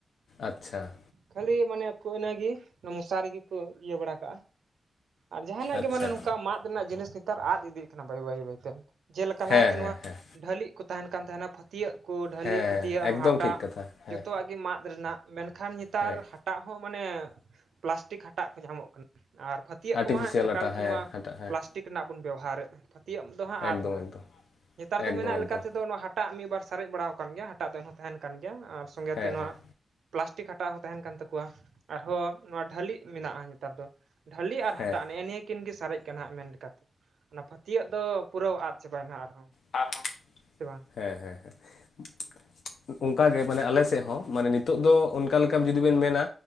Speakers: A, on the left; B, on the right.
A: ᱟᱪᱪᱷᱟ
B: ᱠᱷᱟᱹᱞᱤ ᱢᱟᱱᱮ ᱟᱠᱚ ᱤᱱᱟᱹᱜᱮ ᱚᱱᱟ ᱢᱚᱥᱟᱨᱤ ᱨᱮᱤᱜᱮᱠᱚ ᱤᱭᱟᱹ ᱵᱟᱲᱟ ᱠᱟᱜ-ᱟ ᱟᱨ ᱡᱟᱦᱟᱱᱟᱜ
A: ᱟᱪᱪᱷᱟ
B: ᱜᱮ ᱢᱟᱱᱮ ᱱᱚᱝᱠᱟ ᱢᱟᱫ ᱨᱮᱱᱟᱜ ᱡᱤᱱᱤᱥ ᱱᱮᱛᱟᱨ ᱟᱫ ᱤᱫᱤᱜ ᱠᱟᱱᱟ ᱵᱟᱹᱭ ᱵᱟᱹᱭ ᱵᱟᱹᱭᱛᱮ ᱡᱮᱞᱮᱠᱟ
A: ᱦᱮᱸ
B: ᱞᱟᱦᱟᱛᱮ ᱱᱚᱣᱟ
A: ᱦᱮᱸ ᱦᱮᱸ
B: ᱰᱷᱟᱹᱞᱤᱜ ᱠᱚ ᱛᱟᱦᱮᱱ ᱠᱟᱱ ᱛᱟᱦᱮᱱᱟ ᱯᱷᱟᱹᱛᱭᱟᱹᱜ ᱠᱚ ᱰᱷᱟᱹᱞᱤᱡ
A: ᱦᱮᱸ
B: ᱯᱷᱟᱹᱛᱭᱟᱹᱜ
A: ᱮᱠᱫᱚᱢ
B: ᱦᱟᱴᱟᱜ
A: ᱴᱷᱤᱠ ᱠᱟᱛᱷᱟ ᱦᱮᱸ
B: ᱡᱚᱛᱚᱣᱟᱜ ᱜᱮ ᱢᱟᱫ ᱨᱮᱱᱟᱜ ᱢᱮᱱᱠᱷᱟᱱ ᱱᱮᱛᱟᱨ
A: ᱦᱳᱭ
B: ᱦᱟᱴᱟᱜ ᱦᱚᱸ ᱢᱟᱱᱮ ᱯᱮᱞᱟᱥᱴᱤᱠ ᱦᱟᱴᱟᱜ ᱠᱚ ᱧᱟᱢᱚᱜ ᱠᱟᱱᱟ ᱟᱨ ᱯᱷᱟᱛᱤᱭᱟᱜ
A: ᱟᱨᱴᱤᱯᱷᱤᱥᱤᱭᱟᱞ
B: ᱠᱚᱢᱟ ᱦᱚ ᱮᱠᱟᱞ
A: ᱟᱴᱟ
B: ᱜᱮ
A: ᱦᱮᱸ
B: ᱱᱚᱣᱟ
A: ᱦᱟᱴᱟᱜ ᱦᱮᱸ
B: ᱯᱮᱞᱟᱥ ᱴᱤᱠ ᱨᱮᱱᱟᱜ ᱵᱚᱱ ᱵᱮᱣᱦᱟᱨᱮᱫ-ᱟ ᱯᱷᱟᱹᱛᱭᱟᱹᱜ ᱫᱚ ᱦᱟᱸᱜ
A: ᱮᱠᱫᱚᱢ
B: ᱟᱫ ᱮᱱᱟ
A: ᱮᱠᱫᱚᱢ
B: ᱱᱮᱛᱟᱨ ᱫᱚ
A: ᱮᱠᱫᱚᱢ
B: ᱢᱮᱱᱟᱜ
A: ᱮᱠᱫᱚᱢ
B: ᱞᱮᱠᱟᱛᱮᱫᱚ ᱱᱚᱣᱟ ᱦᱟᱴᱟᱜ ᱢᱤᱫ ᱵᱟᱨ ᱥᱟᱨᱮᱡ ᱵᱟᱲᱟ ᱠᱟᱱ ᱜᱮᱭᱟ ᱦᱟᱴᱟᱜ ᱫᱚ ᱮᱱ ᱦᱚᱸ ᱛᱟᱦᱮᱱ ᱠᱟᱱ ᱜᱮᱭᱟ ᱟᱨ ᱥᱚᱸᱜᱮᱛᱮ
A: ᱦᱮᱸ
B: ᱱᱚᱣᱟ
A: ᱦᱮᱸ
B: ᱯᱮᱞᱟᱥᱴᱤᱠ ᱦᱟᱴᱟᱜ ᱦᱚᱸ ᱛᱟᱦᱮᱱ ᱠᱟᱱ ᱛᱟᱠᱚᱣᱟ ᱟᱨᱦᱚᱸ ᱱᱚᱣᱟ ᱰᱷᱟᱹᱞᱤᱜ ᱢᱮᱱᱟᱜ-ᱟ ᱱᱮᱛᱟᱨ ᱫᱚ ᱰᱷᱟᱹᱞᱤ ᱟᱨ
A: ᱦᱮᱸ
B: ᱦᱟᱴᱟᱜ ᱱᱮᱜ ᱱᱤᱭᱟᱹ ᱩᱱᱠᱤᱱ ᱜᱮ ᱥᱟᱨᱮᱡ ᱠᱟᱱᱟ ᱦᱟᱜ ᱢᱮᱱ ᱞᱮᱠᱟᱛᱮ ᱚᱱᱟ ᱯᱷᱟᱹᱛᱭᱟᱹᱜ ᱫᱚ ᱯᱩᱨᱟᱹ ᱟᱫ ᱪᱟᱵᱟᱭᱱᱟᱦᱟᱜ ᱟᱨᱦᱚᱸ
A: ᱟᱨᱦᱚᱸ
B: ᱥᱮ ᱵᱟᱝ
A: ᱦᱮᱸ ᱦᱮᱸ ᱦᱮᱸ ᱚᱱᱠᱟᱜᱮ ᱢᱟᱱᱮ ᱟᱞᱮ ᱥᱮᱫ ᱦᱚᱸ ᱢᱟᱱᱮ ᱱᱤᱛᱚᱜ ᱫᱚ ᱚᱱᱠᱟ ᱞᱮᱠᱟ ᱡᱩᱫᱤ ᱵᱮᱱ ᱢᱮᱱᱟ